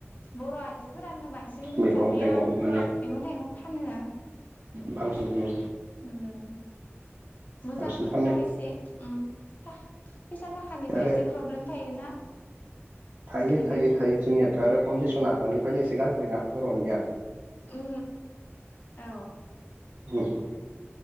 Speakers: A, on the left; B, on the right.
A: बर' आइजोफोरानो बांसिन
B: मैगं
A: दानिया
B: थाइगं माने
A: मैगं थाइगं फानो।
B: बांसिन
A: <unintelligible> मोजांबो
B: बांसिन फानो
A: खायसे उम फैसा थाखानिबो
B: आरो
A: एसे प्रब्लेम थायोना।
B: थायो
A: ओंखायनो
B: थायो थायो जोंनियाथ' आरो कन्डिसना आगोलनिफ्रायनो एसे गाज्रि ना बर'निया।
A: उ औ।
B: <unintelligible> <unintelligible>